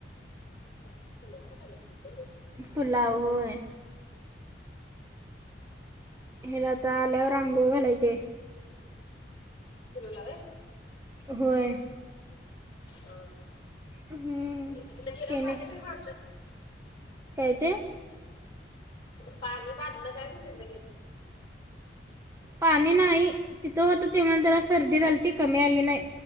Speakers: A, on the left; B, on the right.
A: <unintelligible> होय रे
B: पुलाव होय. ह्याला आता आल्यावर आंघोळ घालायची आहे.
A: पिल्लूला होय?
B: होय.
A: हं
B: हम्म.
A: हं <unintelligible> गेला
B: त्याने
A: पाणी म्हटलं
B: काय ते
A: पाणी बांधलं काय म्हणलो.
B: पाणी. ते नाही तिथं होत तेव्हां जरा सर्दी झालती. कमी आली नाही.